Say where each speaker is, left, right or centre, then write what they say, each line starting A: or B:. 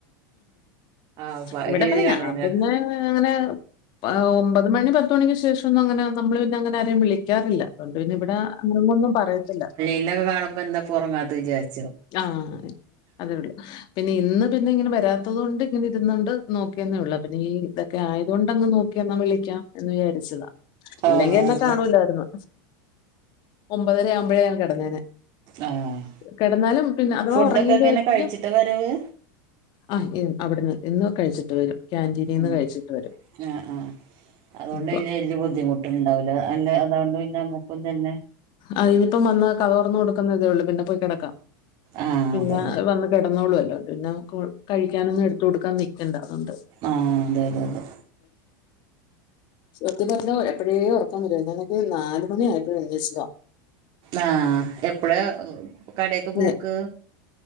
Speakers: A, on the right; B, on the left.
A: ആഹ് അത്
B: ഇവിടെപ്പെ
A: ശരിയാണ്
B: ഞാൻ
A: ന്നെ
B: പിന്ന അങ്ങനെ ആഹ് ഒമ്പത് മണി പത്തുമണിക്ക് ശേഷന്നും അങ്ങനെ നമ്മള് പിന്നെ അങ്ങനെ ആരെയും വിളിക്കാറില്ല അതൊണ്ട് പിന്നെ ഇവിടെ <unintelligible> ഒന്നും പറയത്തില്ല
A: ഇന്നൊക്കെ കാണുമ്പോ എന്താപ്പൊ ഒറങ്ങാത്തെ വിചാരിച്ചും
B: ആഹ് അത് വിട പിന്നെ ഇന്ന് പിന്നെ ഇങ്ങനെ വരാത്തത്കൊണ്ട് ഇങ്ങനെ ഇരുന്ന് കൊണ്ട് നോക്കിയെന്നേ ഉള്ളൂ പിന്നെ ഈ ക്കെ ആയതുകൊണ്ട്ങ്ങ് നോക്കി എന്നാൽ വിളിക്കാം എന്ന് വിചാരിച്ചതാ
A: ആഹ്
B: ഇല്ലെങ്കി എന്നെ
A: അതെ
B: കാണൂല്ലായിരുന്നു ഒമ്പതര ആവുമ്പോഴേ ഞാൻ കിടന്നേനെ
A: ആഹ്
B: കെടന്നാലും പിന്നെ അഥവാ
A: ഫുഡൊക്കെ
B: ഉറങ്ങികഴിഞ്ഞാലും
A: എങ്ങനെ കഴിച്ചിട്ടാ വരവ്
B: ആ അവിടുന്ന് ഇന്ന് കഴിച്ചിട്ട് വരും കാന്റീനിൽ നിന്ന്
A: ഉം
B: കഴിച്ചിട്ട് വരും
A: ആഹ് ആഹ് അതുകൊണ്ട്
B: ഇപ്പൊ
A: അയില് വല്ല്യ ബുദ്ധിമുട്ടുണ്ടാവൂല അതൊണ്ട് പിന്നെ നമ്മുക്കും തന്നെ
B: അഹ് ഇതിപ്പം വന്ന് കതക് ത്തുറന്ന് കൊടുക്കുന്ന തേ ഉള്ളൂ പിന്നെ പോയി കിടക്കാം
A: ആഹ്
B: പിന്നെ
A: അതന്നെ
B: വന്ന് കിടന്നോളുല്ലാറും പിന്നെമുക് കഴിക്കാനൊന്നും എടുതുടുക്കാൻ നിക്കണ്ട അതോണ്ട്
A: ആഹ് അതെ അതെ അതെ
B: ഒത്തിപ <unintelligible> എപ്പയേ ഉറക്കം വരും നമ്മക് നാല്മണി ആയിട്ടും അന്വേഷിക്ക
A: ആഹ് എപ്പളെ കടെക്ക് പോക്ക്
B: ഞ-